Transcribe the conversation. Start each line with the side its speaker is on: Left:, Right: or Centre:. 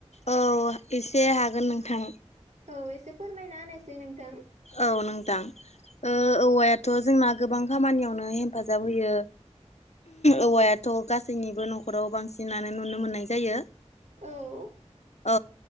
Left: औ एसे हागोन नोंथां।
Right: औ एसे फोरमायना होनायसै नोंथां।
Left: औ नोंथां। ओ औवायाथ' जोंना गोबां खामानियावनो हेफाजाब होयो। औवायाथ' गासैनिबो न'खराव बांसिनानो नुनो मोननाय जायो।
Right: औ।
Left: औ